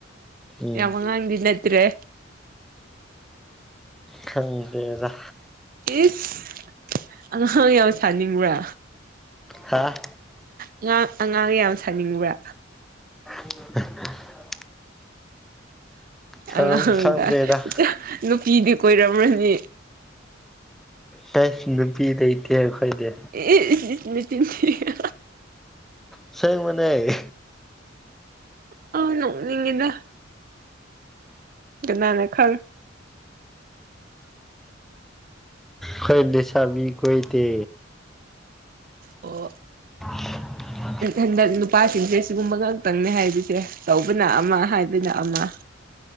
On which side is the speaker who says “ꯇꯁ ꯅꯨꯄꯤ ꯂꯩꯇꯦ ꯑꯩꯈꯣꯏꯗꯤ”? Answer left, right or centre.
Centre